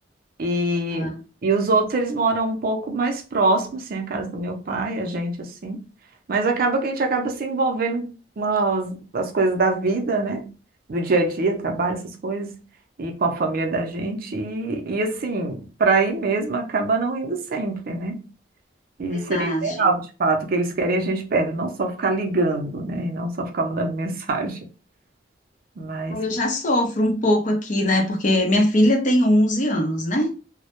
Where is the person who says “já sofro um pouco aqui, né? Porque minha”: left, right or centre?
Left